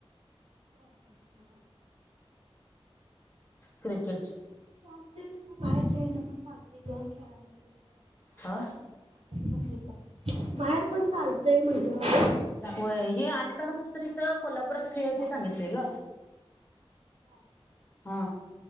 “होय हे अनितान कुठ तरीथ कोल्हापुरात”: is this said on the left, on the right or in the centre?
Left